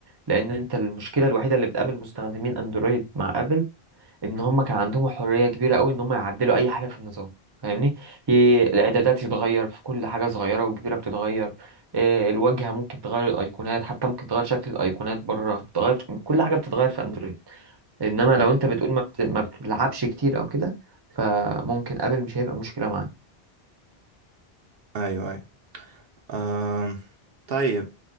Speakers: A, on the right; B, on the right.
A: لأن أنت المشكلة الوحيدة اللي بتقابل مستخدمين أندرويد مع آبل ان هم كان عندهم حريه كبيره قوي ان هم يعدلوا اي حاجه في النظام فاهمني ي- الاعدادات تتغير في كل حاجه صغيره وكبيره بتتغير إيه، الواجهه ممكن تغير الايقونات حتى ممكن تغير شكل الايقونات بره تغير كل حاجه بتتغير في اندرويد انما لو
B: م.
A: انت بتقول ما, بت... ما بتلعبش كتير او كده فممكن ابل مش هيبقى مشكله معاك
B: ايوه ايوه آم. طيب